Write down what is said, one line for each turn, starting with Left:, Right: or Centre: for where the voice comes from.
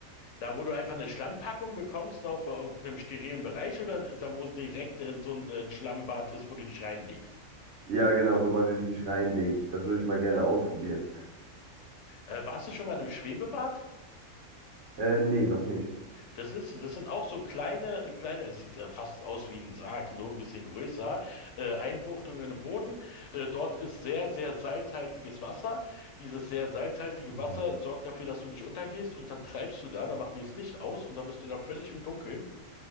Left: Da, wo du einfach eine Schlammpackung bekommst auf, auf einem sterilen Bereich oder da, wo direkt äh, so ein, ein Schlammbad ist, wo du dich reinlegst.
Right: Ja, genau, wo man sich richtig reinlegt. Das würde ich mal gerne ausprobieren.
Left: Äh, warst du schon mal in einem Schwebebad?
Right: Äh, nee, noch nicht.
Left: Das ist, das sind auch so kleine, kleine, es sieht äh, fast aus wie ein Sarg, nur ein bisschen größer, äh, Einbuchtungen im Boden. Äh, dort ist sehr, sehr salzhaltiges Wasser. Dieses sehr salzhaltige
Right: Mhm.
Left: Wasser sorgt dafür, dass du nicht untergehst und dann treibst du da, da machen die das Licht aus und dann bist du da völlig im Dunkeln